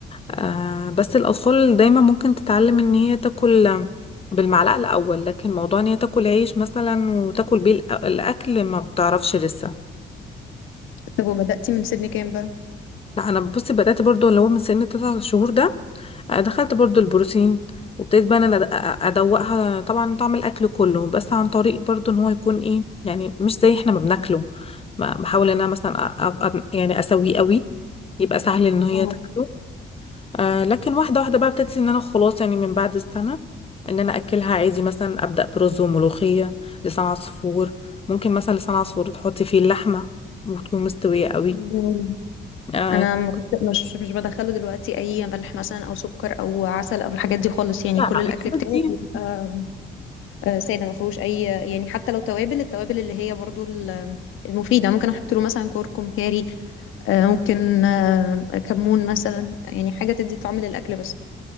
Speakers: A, on the left; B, on the left.
A: آه بس الاطفال دايما ممكن تتعلم ان هي تاكل بالمعلقه الاول لكن موضوع ان هي تاكل عيش مثلا وتاكل بيه الأ- الاكل ما بتعرفش لسه
B: طب وبدأتي من سن كام بقى؟
A: لا انا بصي بدات برضو اللي هو من سن تسع شهور ده دخلت برضو البروتين وابتديت بقى انا أد- ادوقها طبعا طعم الاكل كله بس عن طريق برضو ان هو يكون ايه يعني مش زي احنا ما بناكله ما- بحاول ان انا مثلا أ- أ- أ- يعني اسويه قوي يبقى سهل ان هي
B: آه،
A: تاكله آه لكن واحده واحده بقى ابتديت ان انا خلاص يعني من بعد السنه ان انا اكلها عادي مثلا ابدا برز وملوخيه لسان عصفور ممكن مثلا لسان عصفور تحطي فيه اللحمه وتكون مستويه قوي
B: جميل.
A: آه
B: انا ما كنت مش مش بدخله دلوقتي اي ملح مثلا او سكر او عسل او الحاجات دي خالص يعني
A: لا
B: كل
A: لا
B: الاكل
A: الحاجات
B: بتاعه
A: دي
B: بيبقى آه، ساده ما فيهوش اي يعني حتى لو توابل التوابل اللي هي برضو ال- المفيده ممكن احط له مثلا كركم كاري آه، ممكن آه، كمون مثلا يعني حاجه تدي طعم للاكل بس